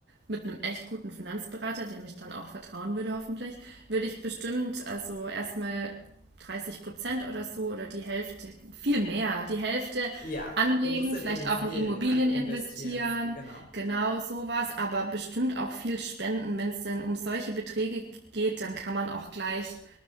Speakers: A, on the right (about 65°); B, on the left (about 50°).
A: mit einem echt guten Finanzberater, dem ich dann auch vertrauen würde, hoffentlich. Würde ich bestimmt also erstmal 30 Prozent oder so oder die Hälfte, viel mehr, die Hälfte
B: Ja,
A: anlegen,
B: du musst in
A: vielleicht
B: Immobilien
A: auch in Immobilien
B: an investieren.
A: investieren,
B: Genau.
A: genau sowas, aber bestimmt auch viel spenden. Wenn es denn um solche Beträge geht, dann kann man auch gleich